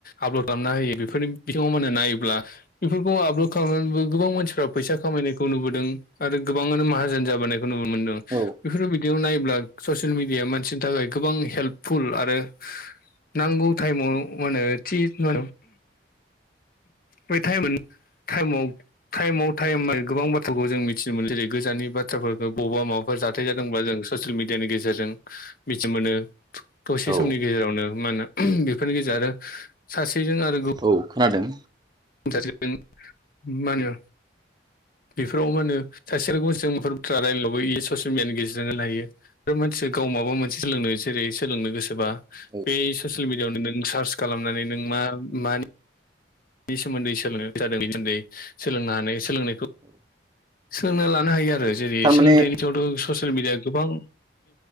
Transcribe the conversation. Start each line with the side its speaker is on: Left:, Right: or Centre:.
Left: आपल'ड खालामना होयो बेफोरनि बिथांमोन नायोब्ला बेफोरखौ आप्ल'ड खालामनानैबो गोबां मानसिफ्रा फैसा खामायनायखौ नुबोदों आरो गोबाङानो माहाजोन जाबोनायखौ नुनो मोनदों
Right: औ
Left: बेफोर बि दियाव नायोबब्ला ससियेल मिडिया मानसिनि थाखाय गोबां हेल्पफुल आरो नांगौ टाइमाव माने थि मा बै टाइमोन टाइमाव टाइमाव टाइम गोबां बाथ्राखौ जों मिथिनो मोनो जेरै गोजाननि बाथ्राफोरखौ बबा माबाफोर जाथाय जादोंब्ला जों ससियेल मिडियानि गेजेरजों मिथि मोनो दसे
Right: औ
Left: समनि गेजेरावनो मा होनो बेफोरनि गेजेर आरो सासेजों आरो गो
Right: औ खोनादों
Left: सासेजों मा होनो
Right: <inaudible>
Left: बेफोराव मा होन सासेल' गावसोरजों फोर रायलायला बायो ससियेल मिडियानि गेजेरजों लायो मानसि गाव माबा मोनसे सोलोंनो जेरै सोलोंनो गोसोबा
Right: औ
Left: बे ससिल मिडियावनो नों सार्च खालामनानै नों मा - मानि बे सोमोन्दै सोलों जादों सोमोन्दै सोलोंनो हानाय सोलोंनाय
Right: <inaudible>
Left: सोलोंना लानो हायो आरो जेरै
Right: थारमाने
Left: सोलोंथाइनि सायावथ' ससियेल मिडिया गोबां